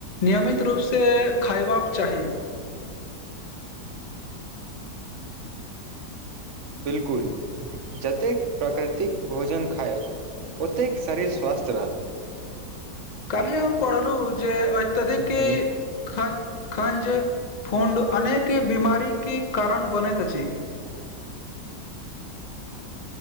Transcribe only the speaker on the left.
नियमित रूपसँ खयबाक चाही।
काल्हि हम पढ़लु। जे अत्यधिक की
खंज फुंड अनेक बीमारी कारण बनैत अछि।